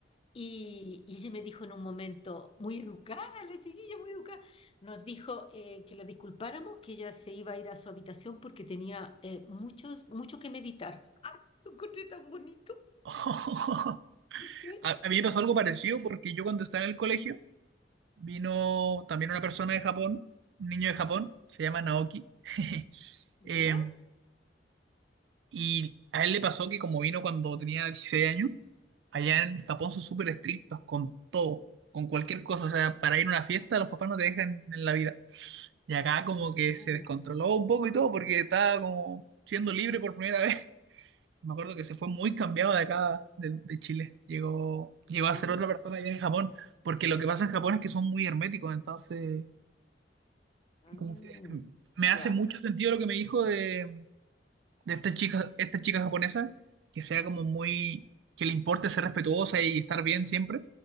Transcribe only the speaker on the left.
Y, y ella me dijo en un momento, muy educada, la chiquilla, muy educada, nos dijo eh, que la disculpáramos, que ella se iba a ir a su habitación porque tenía eh, muchos, mucho que meditar. <laughs> ¡Ah! Lo encontré tan bonito.
¿Cachai?
Ya,
ya.
Mm,
mm,
mm,
Ya,